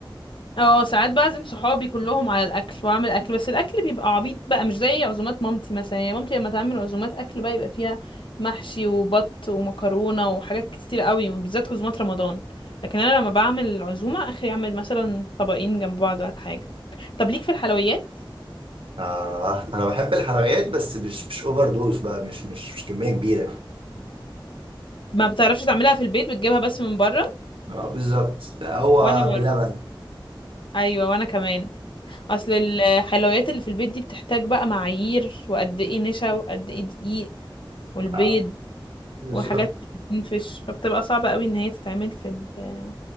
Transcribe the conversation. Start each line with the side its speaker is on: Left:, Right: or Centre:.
Left: اه ساعات بعزم صحابي كلهم على الاكل واعمل اكل بس الاكل بيبقى عبيط بقى مش زي عزومات مامتي مثلا يعني مامتي لما تعمل عزومات اكل بقى يبقى فيها محشي وبط ومكرونه وحاجات كتير قوي وبالذات عزومات رمضان لكن انا لما بعمل عزومه اخري اعمل مثلا طبقين جنب بعض ولا حاجه طب ليك في الحلويات
Right: آه انا بحب الحلويات بس مش مش اوفر دوز بقى مش مش مش كميه كبيره
Left: ما بتعرفش تعملها في البيت بتجيبها بس من بره
Right: اه بالظبط هو
Left: وانا برضه
Right: بلبن
Left: ايوه وانا كمان اصل الحلويات اللي في البيت دي بتحتاج بقى معايير وقد ايه نشا وقد ايه دقيق والبيض
Right: آه. بالظبط
Left: وحاجات بتنفش فبتبقى صعبة قوي ان هي تتعمل في ال-